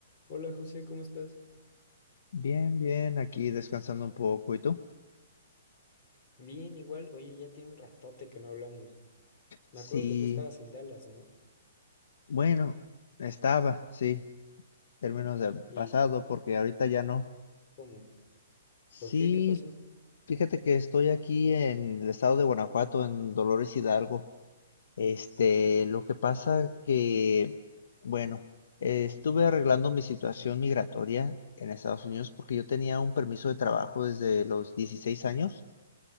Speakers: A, on the left; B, on the left.
A: Hola José, ¿cómo estás?
B: Bien, bien, aquí descansando un poco. ¿Y tú?
A: Bien, igual. Oye, ya tiene un ratote que no hablamos. Me
B: Sí,
A: acuerdo que tú estabas en Dallas, ¿no?
B: bueno, estaba, sí, términos de pasado,
A: ¿Y
B: porque ahorita ya no.
A: cómo?
B: Sí,
A: ¿Por qué? ¿Qué pasó?
B: fíjate que estoy aquí en el estado de Guanajuato, en Dolores Hidalgo. Este, lo que pasa
A: Ey,
B: que, bueno, eh, estuve arreglando mi situación migratoria en Estados Unidos porque yo tenía un permiso de trabajo desde los 16 años.